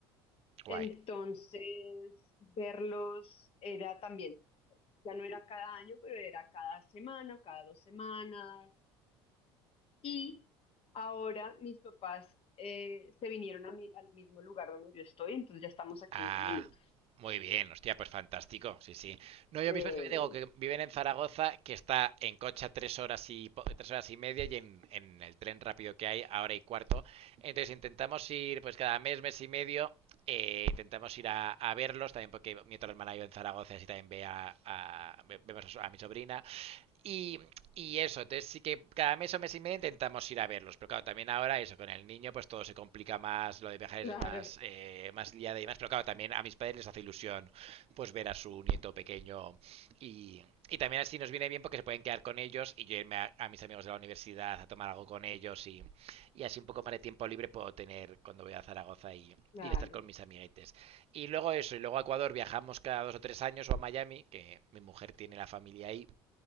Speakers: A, on the right; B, on the left.
A: guay.
B: Entonces, verlos era también, ya no era cada año, pero era cada semana, cada dos semanas. Y ahora mis papás eh, se vinieron a mi- al mismo lugar donde yo estoy, entonces ya estamos a quince
A: Ah,
B: minutos.
A: muy bien, hostia, pues fantástico, sí, sí. No, yo
B: Eh,
A: mismo es que me digo que viven en Zaragoza, que está en coche a tres horas y po- tres horas y media y en, en el tren rápido que hay a hora y cuarto. Entonces intentamos ir, pues cada mes, mes y medio, eh, intentamos ir a, a verlos también porque mi otra hermana yo en Zaragoza, así también ve a, a- ve- vemos a, su- a mi sobrina y, y eso, entonces sí que cada mes o mes y medio intentamos ir a verlos, pero claro, también ahora eso, con el niño pues todo se complica más, lo de viajar
B: claro,
A: es más, eh, más liada y más, pero claro, también a mis padres les hace ilusión pues ver a su nieto pequeño y, y también así nos viene bien porque se pueden quedar con ellos y yo irme a, a mis amigos de la universidad a tomar algo con ellos y, y así un poco más de tiempo libre puedo tener cuando voy a Zaragoza y,
B: claro.
A: y estar con mis amiguetes. Y luego eso, y luego a Ecuador viajamos cada dos o tres años o a Miami, que mi mujer tiene la familia ahí